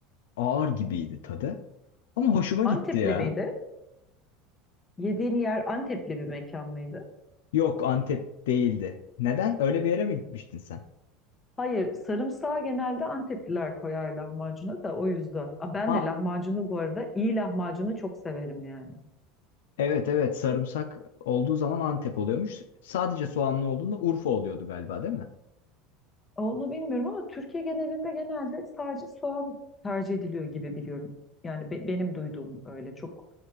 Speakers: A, on the left; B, on the left.
A: ağır gibiydi tadı. Ama hoşuma
B: Antepli
A: gitti ya.
B: miydi? Yediğin yer Antepli bir mekan mıydı?
A: Yok Antep değildi. Neden? Öyle bir yere mi gitmiştin sen?
B: Hayır, sarımsağı genelde Antepliler koyar lahmacuna da o yüzden. Aa, ben
A: Ha
B: de lahmacunu bu arada iyi lahmacunu çok severim yani.
A: evet evet sarımsak olduğu zaman Antep oluyormuş. Sadece soğanlı olduğunda Urfa oluyordu galiba değil mi?
B: Onu bilmiyorum ama Türkiye genelinde genelde sadece soğan tercih ediliyor gibi biliyorum. Yani be- benim duyduğum öyle çok